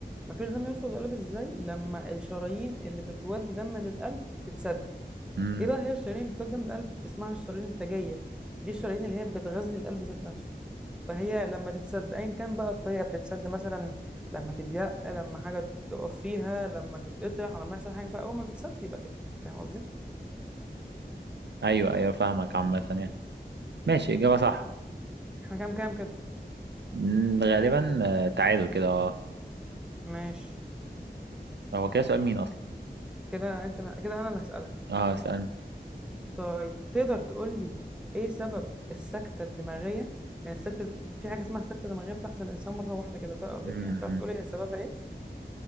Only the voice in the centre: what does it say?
مفيش دم يوصل للقلب ازاي؟ لما الشرايين اللي بتودي دم للقلب تتسد
ايه بقى هي الشرايين بتولد دم القلب اسمها الشرايين التاجيه دي الشرايين اللي هي بتغذي القلب ذات نفسه فهي لما تتسد ايا كان بقى الطريقه بتتسد مثلا لما تضيق لما حاجه تقف فيها لما تتقطع لما يحصل حاجه فاول ما تتسد يبقى كده فاهم قصدي
احنا كام كام كده
ماشي
كده انت كده انا اللي هسالك
طيب تقدر تقول لي ايه سبب السكته الدماغيه يعني السكته في حاجه اسمها سكته دماغيه بتحصل للانسان مره واحده كده تقدر
يعني تعرف تقول ايه سببها ايه